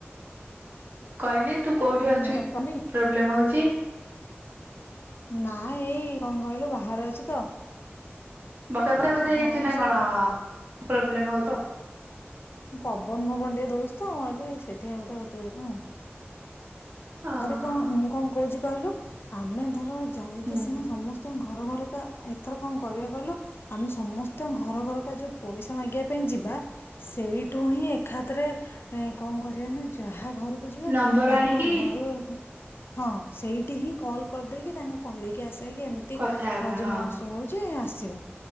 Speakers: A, on the right; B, on the left.
A: କହିଲି ତୁ କେଉଁଠି
B: ଆମେ
A: ଅଛୁ କି
B: କନି
A: ପ୍ରୋବ୍ଲେମ୍ ହେଉଛି।
B: ନାଇଁ ଏଇ କଣ କହିଲୁ ବା। ବାହାରେ ଅଛି ତ।
A: ବର୍ଷା ପୁରା ବଧେ
B: ହଁ
A: ହେଇଛୁ ନା
B: ସେଇ
A: କଣ। ପ୍ରୋବ୍ଲେମ ହତ।
B: ପବନ ଫବନ ଟିକେ ଦଉଛି ତ ମୁଁହଲି ସେଇଥିପାଇଁ ବୋଧେ ହଉଥିବ କି କଣ।
A: ଓହୋ
B: ଆରେ କଣ ମୁଁ କଣ କହୁଛି? କହିଲୁ ଆମେ ଧର। ଯାଇକି
A: ହୁଁ
B: ସିନା ସମସ୍ତେ। ଘର ଘରକା ଏଥର କଣ କରିବାକୁ କହିଲୁ ଆମେ ସମସ୍ତଙ୍କ ଘର ଘରକା ଯୋଉ ପଇସା ମାଗିବା ପାଇଁ ଯିବା ସେଇଠୁ ହିଁ ଏକାତରେ କଣ କରିବା ନା ଯାହା। ଯାହା ଘରକୁ ଯିବା
A: ନମ୍ବର
B: ତାଙ୍କ
A: ଆଣିକି
B: ଘ। <unintelligible> ହଁ ସେଇଠି ହିଁ କଲ କରିଦେଇକି ତାଙ୍କୁ କହିଦେଇକି ଆସି। ଯକି ଏମିତି
A: କଥା ହବା
B: ରଜ
A: ହଁ।
B: ମହୋତ୍ସବ ହଉଛି ଆସି ଆସିବ